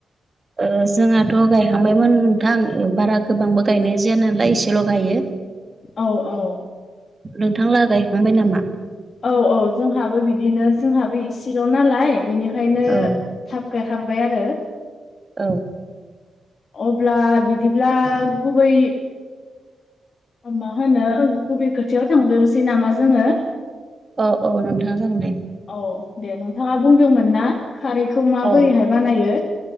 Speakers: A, on the right (about 25°); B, on the left (about 45°).
A: ओ जोंहाथ' गायखांबायमोन नोंथां बारा गोबांबो गायनाय जाया नालाय एसे एसेल' गायो
B: औ औ
A: नोंथांला गायखांबाय नामा?
B: औ-औ जोंहाबो बिदिनो जोंहाबो इसेल' नालाय बेनिखायनो
A: औ
B: थाब गायखांबाय आरो
A: औ
B: अब्ला बिदिब्ला गुबै मा होनो गुबब खोथायायाव थांद्रोसै नामा जोङो?
A: औ-औ नोंथाङा जागोन दे
B: औ दे नोंथाङा बुंदोंमोन ना? खारैखौ माबोरैहाय
A: औ
B: बानायो